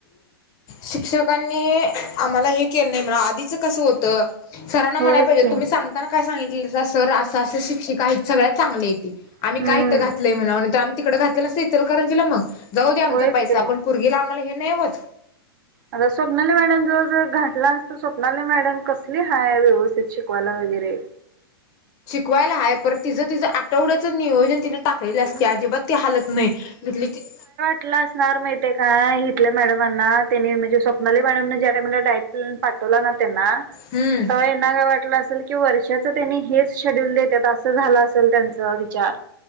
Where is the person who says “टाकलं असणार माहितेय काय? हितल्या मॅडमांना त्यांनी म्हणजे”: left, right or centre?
Right